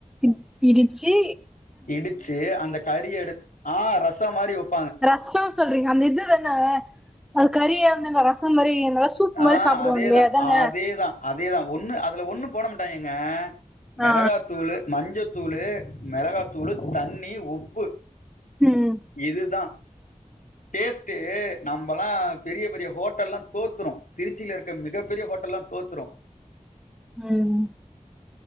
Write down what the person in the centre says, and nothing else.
இ இடிச்சு
ரசோ சொல்றீங்க அந்த இது தனே அது கறிய வந்துன ரசம் மாரி நல்லா சூப் மாரி
சாப்டுவாங்களே
அதான
ஆ
ம்
ம்